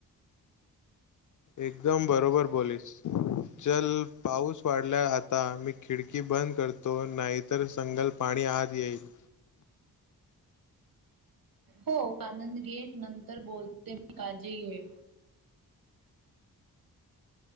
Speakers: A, on the left; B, on the right.
A: एकदम बरोबर बोलीस चल पाऊस वाढलाय आता मी खिडकी बंद करतो, नाहीतर संगल पाणी आत येईल.
B: हो आनंद घे. नंतर बोलते मी काळजी घे.